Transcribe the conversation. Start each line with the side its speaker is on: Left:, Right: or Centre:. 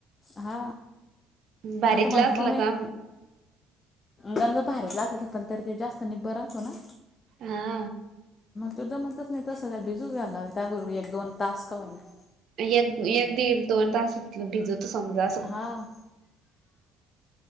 Left: हा
Right: बारीतला
Left: हा त म्हं
Right: असलं
Left: म मी
Right: का
Left: गंज. भारी लागतो तर ते जास्त आणि बरंच हो ना.
Right: हा.
Left: तू जमतच नाही तसं भिजू घयला ह त्याबरोबर एक दोन तास का होईना.
Right: एक एक दीड दोन तासात भिजत समजा असं.
Left: हा